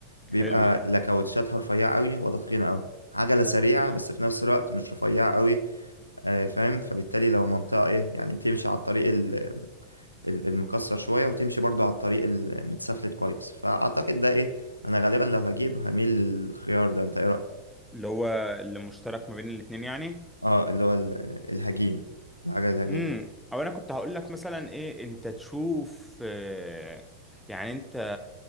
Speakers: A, on the left; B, in the centre.
A: بيبقى
B: حلو ده
A: لا كاوتشاتها رفيعة قوي ولا تخينة قوي عجلة سريعة
B: امم
A: بس في نفس الوقت مش رفيعة قوي آه فاهم فبالتالي لو منطقة ايه يعني تمشي على الطريق ال- ال- المكسر شوية وتمشي برضو على الطريق المتسفلت كويس فأعتقد ده إيه أنا غالبا لو هجيب هميل للخيار ده أنت إيه رأيك؟
B: اللي هو اللي مشترك ما بين الاتنين يعني
A: اه اللي هو ال- الهجين العجل الهجين
B: امم او انا كنت هقول لك مثلا ايه انت تشوف آه، يعني انت